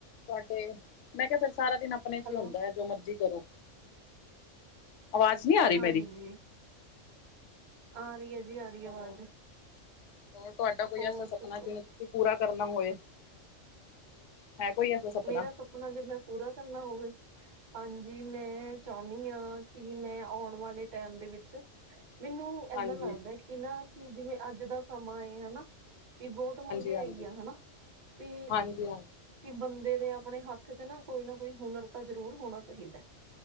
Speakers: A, on the left; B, on the right.
A: ਤੁਹਾਡੇ, ਮੈਂ ਕਿਹਾ ਫੇਰ ਸਾਰਾ ਦਿਨ ਆਪਣੇ ਚ
B: ਹੈਲੋ
A: ਹੀ ਹੁੰਦਾ ਐ। ਜੋ ਮਰਜ਼ੀ ਕਰੋ, ਆਵਾਜ਼ ਨਹੀਂ ਆ ਰਹੀ
B: ਹਾਂਜੀ
A: ਮੇਰੀ?
B: ਆ ਰਹੀ ਏ ਜੀ, ਆ ਰਹੀ ਏ
A: ਹੋਰ
B: ਆਵਾਜ਼।
A: ਹੋਰ ਤੁਹਾਡਾ ਕੋਈ
B: ਹੋਰ
A: ਐਸਾ ਸੁਪਨਾ
B: ਦੱਸੋ
A: ਜਿਹਨੂੰ ਤੁਸੀਂ ਪੂਰਾ ਕਰਨਾ ਹੋਏ। ਹੈਂ ਕੋਈ ਐਸਾ ਸਪਨਾ?
B: ਮੇਰਾ ਸਪਨਾ ਜੇ ਮੈਂ ਪੂਰਾ ਕਰਨਾ ਹੋਵੇ, ਹਾਂਜੀ ਮੈਂ ਚਾੳਨੀ ਆ ਕਿ ਮੈਂ ਆਉਣ ਵਾਲੇ ਟੇਮ ਦੇ ਵਿੱਚ, ਮੈਨੂੰ ਏਦਾਂ
A: ਹਾਂਜੀ
B: ਲੱਗਦੇ
A: ਹਾਂਜੀ
B: ਕਿ ਨਾ ਕਿ ਜਿਵੇਂ ਆੱਜ ਦਾ ਸਮਾਂ ਏ ਹਨਾ ਵੀ ਬੋਤ ਮੰਗੇਆਈ
A: ਹਾਂਜੀ ਹਾਂਜੀ
B: ਆ, ਹਨਾ ਵੀ
A: ਹਾਂਜੀ
B: ਕਿ ਬੰਦੇ ਦੇ ਆਪਣੇ ਹੱਥ ਚ ਨਾ ਕੋਈ ਨਾ ਕੋਈ ਹੁਨਰ ਤਾਂ ਜ਼ਰੂਰ ਹੋਣਾ ਚਾਹੀਦਾ ਐ।